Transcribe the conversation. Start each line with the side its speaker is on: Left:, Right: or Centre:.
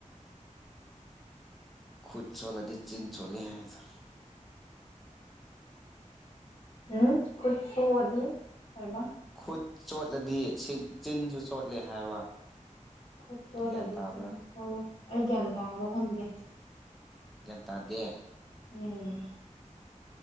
Centre: ꯈꯨꯠ ꯆꯣꯠꯂꯗꯤ ꯆꯤꯟ ꯆꯣꯠꯂꯦ ꯍꯥꯏꯗꯣ
Left: ꯎꯝ ꯈꯨꯠꯁꯣꯛ ꯑꯗꯤ ꯀꯩ ꯍꯥꯏꯕ
Centre: ꯈꯨꯠ ꯆꯣꯠꯂꯗꯤ ꯆꯤꯟꯁꯨ ꯆꯣꯠꯂꯦ ꯍꯥꯏꯕ
Left: ꯈꯨꯠ ꯆꯣꯠꯂꯗꯤ
Centre: ꯒ꯭ꯌꯥꯟ ꯇꯥꯕ꯭ꯔꯥ
Left: ꯆꯤꯟ ꯆꯣꯠꯂꯦ ꯑꯩ ꯒ꯭ꯌꯥꯟ ꯇꯥꯕ ꯉꯝꯗꯦ
Centre: ꯒ꯭ꯌꯥꯟ ꯇꯗꯦ
Left: ꯎꯝ